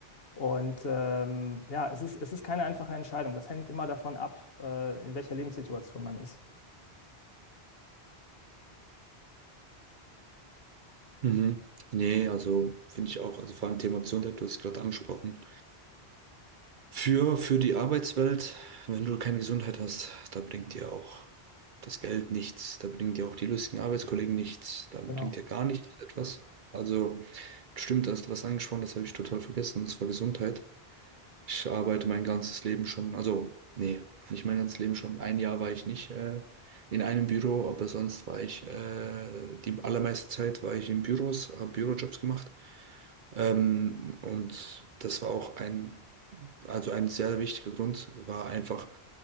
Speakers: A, on the left; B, on the right.
A: Und ähm, ja, es ist, es ist keine einfache Entscheidung. Das hängt immer davon ab, äh, in welcher Lebenssituation man ist.
B: Mhm. Nee, also finde ich auch, also vor allem Thema Gesundheit, du hast es gerade angesprochen. Für, für die Arbeitswelt, wenn du keine Gesundheit hast, da bringt dir auch das Geld nichts, da bringen dir auch die lustigen Arbeitskollegen nichts, da bringt
A: Genau.
B: dir gar nichts etwas. Also stimmt, da hast du was angesprochen, das habe ich total vergessen, und zwar Gesundheit. Ich arbeite mein ganzes Leben schon, also nee, nicht mein ganzes Leben schon. Ein Jahr war ich nicht äh, in einem Büro, aber sonst war ich, äh, die allermeiste Zeit war ich in Büros, habe Bürojobs gemacht. Ähm, und das war auch ein, also ein sehr wichtiger Grund, war einfach,